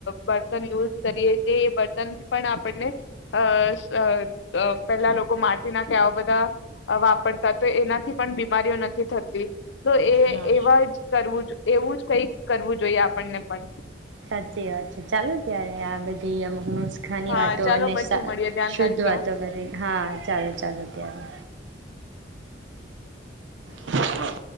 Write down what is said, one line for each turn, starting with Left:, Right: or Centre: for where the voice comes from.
Left: બર્તન યુઝ કરીએ જે બર્તન પણ આપણને અ પેલા લોકો માટી નાખે આવા બધા વાપરતા તો એનાથી પણ બીમારીઓ નથી થતી. તો એ
Right: હા
Left: એવા જ કરવું જો એવું જ કઈક કરવું જોઈએ આપણને પણ.
Right: સાચી વાત છે ચાલો ત્યારે આ બધી અમુક ન
Left: હા
Right: વાતો
Left: ચાલો
Right: અને
Left: પછી મળીએ ધ્યાન
Right: શુદ્ધ
Left: રાખજો.
Right: વાતો કરી હા ચાલો ચાલો ત્યારે. હા.